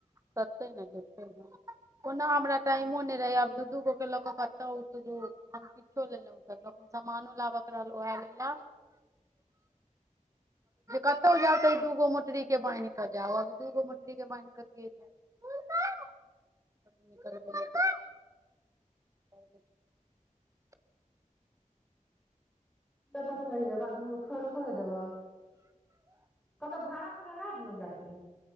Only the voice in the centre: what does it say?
तऽ स एकरादुनू छोड़ थोड़े देबैह कतहु भाड़ा पर लगा दियौ ने काकी